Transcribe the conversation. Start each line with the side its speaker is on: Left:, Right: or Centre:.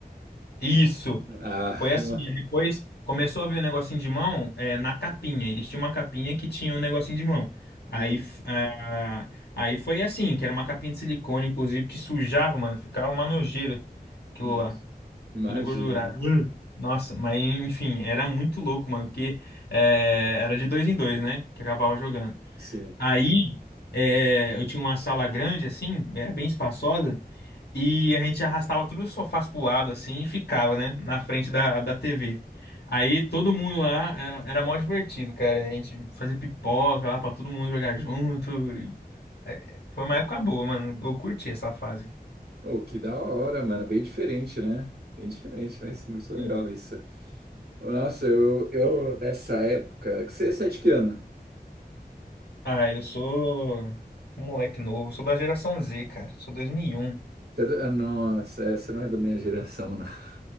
Left: Isso.
Right: Ah,
Left: Foi assim,
Right: <laughs> uma...
Left: e depois começou a vir um negocinho de mão é, na capinha. Eles tinham uma capinha que tinha um negocinho de mão. Aí,
Right: hum,
Left: f- ah, aí foi assim, que era uma capinha de silicone, inclusive, que sujava, mano. Ficava uma nojeira aquilo
Right: hum,
Left: lá,
Right: imagina,
Left: tudo engordurado.
Right: né?
Left: Nossa, mas enfim, era muito louco, mano, porque é, era de dois em dois, né? Que acabava jogando.
Right: Sim.
Left: Aí é, eu tinha uma sala grande, assim, era bem espaçosa. E a gente arrastava todos os sofás pro lado, assim, e ficava, né? Na frente da, da TV. Aí todo mundo lá era, era mó divertido, cara. A gente fazia pipoca lá pra todo mundo jogar junto. E, é, foi uma época boa, mano. Eu curti essa fase.
Right: Oh, que da hora, mano. Bem diferente, né? Bem diferente, mas muito legal
Left: E-
Right: isso. Nossa, eu, eu nessa época. Você, você é de que ano?
Left: ah, eu sou um moleque novo. Sou da geração Z, cara. Sou dois mil e um
Right: Você é do- ah, Nossa, é, você não é da minha geração, não. <laughs>